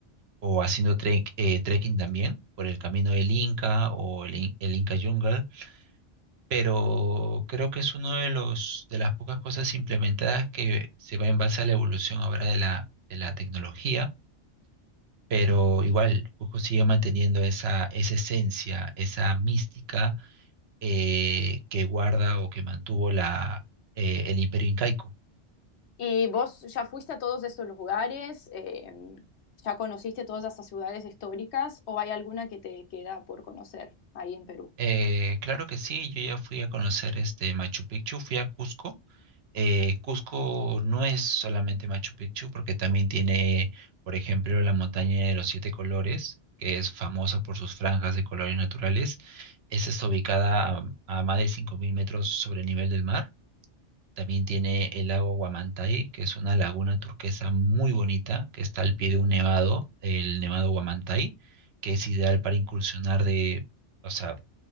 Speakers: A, on the right (about 65°); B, on the left (about 70°).
A: o haciendo trek- eh, trekking también por el camino del Inca o el, In- el Inca Jungle, pero creo que es uno de los de las pocas cosas implementadas que se va en base a la evolución ahora de la, de la tecnología, pero igual Cusco sigue manteniendo esa, esa esencia, esa mística eh, que guarda o que mantuvo la, eh, el Imperio Incaico.
B: Y vos ya fuiste a todos estos lugares, eh, ya conociste todas esas ciudades históricas, o hay alguna que te queda por conocer ahí en Perú?
A: Eh, claro que sí, yo ya fui a conocer este Machu Picchu, fui a Cusco. Eh, Cusco no es solamente Machu Picchu, porque también tiene, por ejemplo, la montaña de los siete colores, que es famosa por sus franjas de colores naturales. Esta está ubicada a, a más de 5.000 metros sobre el nivel del mar. También tiene el lago Huamantay, que es una laguna turquesa muy bonita, que está al pie de un nevado, el nevado Huamantay, que es ideal para incursionar de... O sea,